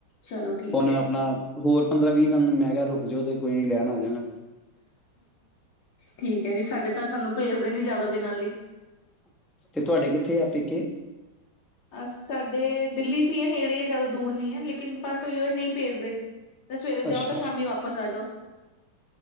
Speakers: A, on the left; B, in the centre.
A: ਚਲੋ ਠੀਕ
B: ਹੁਣ
A: ਹੈ
B: ਆਪਣਾ ਹੋਰ ਪੰਦਰਾਂ ਵੀਹ ਮੈਂ ਕਿਹਾ ਰੁਕ ਜਾਓ ਤੇ ਕੋਈੀ ਲੈਣ ਆ ਜਾਗਾ ਫਿਰ
A: ਠੀਕ ਹੈ ਜੀ ਸਾਡੇ ਤਾਂ ਸਾਨੂੰ ਭੇਜਦੇ ਨੀ ਜ਼ਿਆਦਾ ਦਿਨਾਂ ਲਈ
B: ਤੇ ਤੁਹਾਡੇ ਕਿੱਥੇ ਆ ਪੇਕੇ
A: ਅ ਸਾਡੇ ਦਿੱਲੀ ਚ ਹੀ ਹੈ ਨੇੜੇ ਇਹ ਜ਼ਿਆਦਾ ਦੂਰ ਨਹੀਂ ਹੈ ਲੇਕਿਨ ਬਸ ਉਹੀ ਨਹੀਂ ਭੇਜਦੇ ਤੇ ਸਵੇਰੇ
B: ਅੱਛਾ
A: ਜਾਓ ਤੇ ਸ਼ਾਮੀ
B: ਅੱਛਾ
A: ਵਾਪਸ ਆ ਜਾਓ